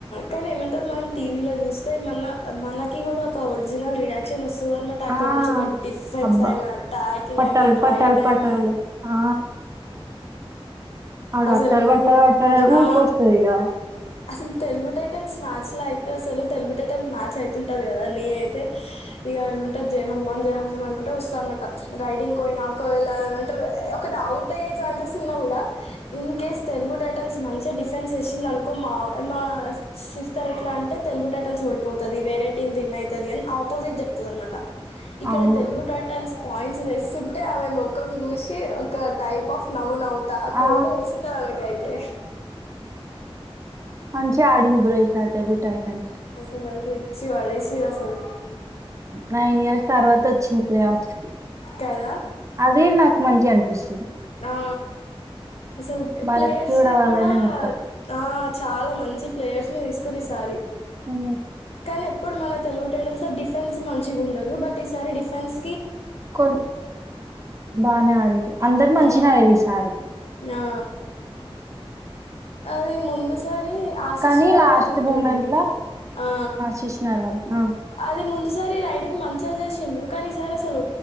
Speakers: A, on the left; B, on the right.
A: కనీ మ మనం టీవీలో జూస్తే మన మనకి కూడా ఒక ఒరిజినల్ రియాక్షన్ వస్తు చూదనమాట అక్కడ
B: ఆ
A: నుంచి ఒక డిఫెన్స్
B: అబ్బా
A: అయిన టాకిల్
B: పట్టాలు
A: అయినా
B: పట్టాలు
A: రైడ్ అయినా
B: పట్టాలు ఆ అ వాట్టారు
A: అసలు
B: వాట్టారు వాట్ట ఊ
A: ఆ!
B: ప వస్తగా
A: అసలు తెలుగు టైటెన్స్ మ్యాచ్ లో అయితే అసలు తెలుగు టైటన్స్ మ్యాచ్ అయితుంటుది కదా నేన అయితే ఇక ఏమంటారు జయ హనుమాన్ జై హనుమాన్ అనుకుంటే వస్తా అనమాట రైడింగ్ కోయినాకలావ ఒక డౌట్ అయ్యే ఛాన్సెస్ ఉన్నా కూడా ఇన్ కేస్ తెలుగు టైటన్స్ మంచిగా డిఫెన్స్ వచ్చింది అనుకో మా మా సిస్తర్ ఎట్లా అంటే తెలుగు టైటన్స్ ఓడిపోతుంది వేరే టీమ్ విన్ అవుతుంది అని ఆపోజిట్ చెప్తుంది అనమాట ఇక్కడ
B: అవును
A: తెలుగు టైటాన్స్ పాయింట్స్ తెస్తుంటే ఆమె ముఖం చూసి ఒక టైప్ ఆఫ్ నవ్వు నవ్తా కో
B: ఆ
A: ఉసత అకాయితే
B: మంచి ఆడింది పోయినసారి తెలుగు టైటాన్స్
A: అసలు అసలు ఇచ్చి పడేసిండ్రు అసలు
B: నైన్ ఇయర్స్ తర్వాత వచ్చింది ప్లే ఆర్ట్స్ కి
A: కదా
B: అదే నాకు మంచి అనిపిస్తుంది
A: ఆా అసలు
B: భారత్
A: ప్లేయర్స్ ని
B: వాళ్ళనే
A: కూడా
B: మొత్తం
A: ఆ చాలా మంచి ప్లేయర్స్ ని తీసుకుని ఈసారి
B: హు
A: కానీ ఎప్పుడు మన తెలుగు టైటాన్స్ సో డిఫెన్స్ మంచిగా ఉండదు బట్ ఈసారి డిఫెన్స్
B: కొన్ బానే ఆరి అందరు మంచిినది
A: ఆ,
B: ఈ సారి
A: ఆ. అది ముందు సార్ ఆశీష్నాల
B: కానీ లాస్ట్
A: వాళ్ళు ఉంటాడు
B: మూమెంట్
A: చూడు
B: ల
A: ఆ
B: శిశునార్ వాళ్ళు ఆ
A: అది ముందు సరే రైడింగ్ మంచిగా చేసిం కానీ సార్ అసలు